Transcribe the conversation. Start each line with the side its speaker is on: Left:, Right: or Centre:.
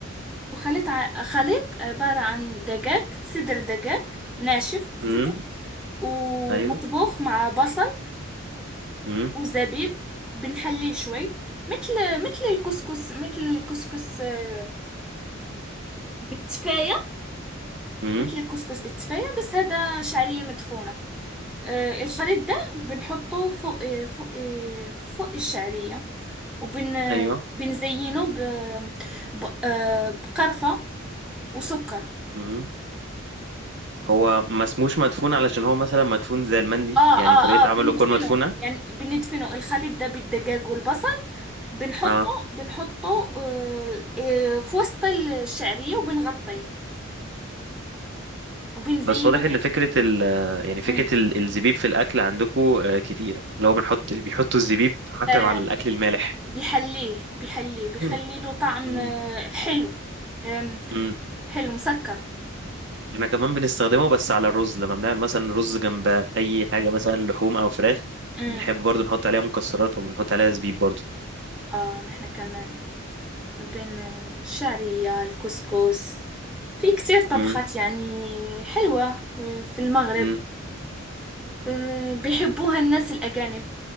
Centre: وخليط ع... خليط عبارة عن دجاج صدر دجاج ناشف صدر
Right: امم
Centre: ومطبوخ
Right: ايوه
Centre: مع بصل
Right: امم
Centre: وزبيب بنحليه شوي مثل مثل الكسكس مثل الكسكس آه، بالتفاية
Right: امم
Centre: مثل الكسكس بالتفاية بس هذا شعرية مدفونة آه، الخليط ده بنحطه فوق آه، فوق آه، فوق الشعرية وبن
Right: ايوه
Centre: بنزينه ب... ب... آه، بقرفة وسكر
Right: امم هو ما اسموش مدفون علشان هو مثلا مدفون زي المندي
Centre: اه
Right: يعني
Centre: اه
Right: طريقه
Centre: اه بندفنه
Right: عمله تكون مدفونه
Centre: يعني بندفنه الخليط ده بالدجاج والبصل بنحطه
Right: اه
Centre: بنحطه آه آه في وسط الشعرية وبنغطيه وبنزينه
Right: بس واضح
Centre: من
Right: ان فكره ال يعني فكره
Centre: مم.
Right: ال- الزبيب في الاكل عندكم كتيره اللي هو بنحط اللي بيحطوا الزبيب حتى
Centre: آه
Right: مع الاكل المالح
Centre: بيحليه بيحليه بيخلي
Right: مم.
Centre: له طعم
Right: مم.
Centre: آه حلو آم،
Right: مم.
Centre: حلو مسكر
Right: احنا كمان بنستخدمه بس على الرز لما بنعمل مثلا رز جنب اي حاجه مثلا لحوم او فراخ
Centre: امم
Right: بنحب برضو نحط عليها مكسرات او بنحط عليها زبيب برضو
Centre: اه نحنا كمان ما بين آه، الشعرية الكسكس في كتير طبخات
Right: مم.
Centre: يعني حلوة آه، في المغرب
Right: مم.
Centre: آه، بيحبوها الناس الأجانب